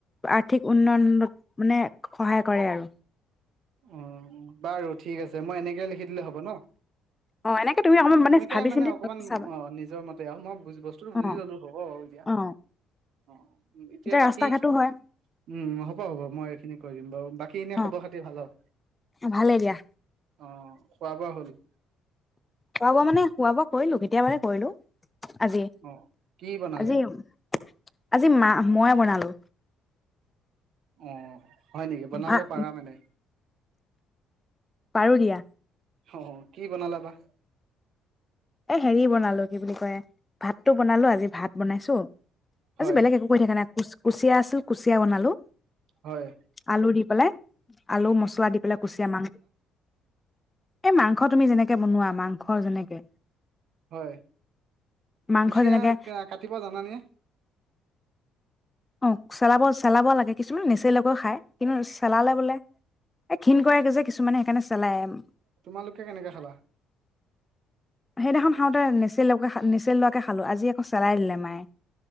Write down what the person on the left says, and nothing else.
আৰ্থিক উন্নয়নত মানে সহায় কৰে আৰু
অ এনেকে তুমি অকমান
ভাবি
চিন্তি
চাবা
অ
অ
ৰাস্তা ঘাটো হয়
অ
ভালেই দিয়া।
খুৱাবোৱা মানে খোৱা বোৱা কৰিলো কেতিয়াবাতে কৰিলো। আজি
আজি-আজি মা মইয়ে বনালো।
ভাত
আৰু দিয়া।
এ হেৰি বনালো কি বুলি কয় ভাতটো বনালো আজি ভাত বনাইছো। আজি
বেলেগ একো কৰি থাকা নাই। কুচ কুচিয়া আছিল কুচিয়া বনালো।
আলু দি <unintelligible> আলু মচুৱা দি পেলাই কুচিয়া মাং, এই মাংস তুমি যেনেকে বনোৱা। মাংস যেনেকে।
মাংস
যেনেকে
অঁ চেলাব-চেলাব লাগে, কিছুমানে নেছেলকেও খাই কিন্তু চেলালে বোলে এ ঘিণ কৰেগে যে কিছুমানে সেইকাৰণে চেলাই আৰু।
সেইদিনাখন খাওঁতে নেচেলোৱাকে-নেচেলোৱাকে খালো, আজি আকৌ চেলাই দিলে মায়ে